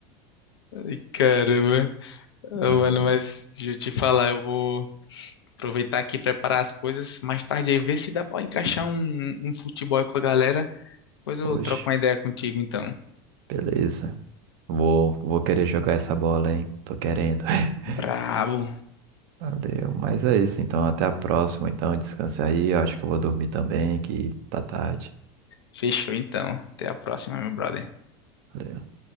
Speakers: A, on the left; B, on the right.
A: Ai, caramba. Ah,
B: Enfim,
A: Mano, mas deixa eu te falar, eu vou aproveitar aqui e preparar as coisas mais tarde aí, ver se dá para encaixar um, um futebol aí com a galera. Depois eu
B: oxe,
A: troco uma ideia contigo então.
B: beleza. Vou, vou querer jogar essa bola, hein? Tô querendo. <laughs>
A: Brabo.
B: Valeu. Mas é isso, então. Até a próxima. Então, descanse aí. Eu acho que eu vou dormir também, que tá tarde.
A: Fechou então. Até a próxima, meu brother.
B: Valeu.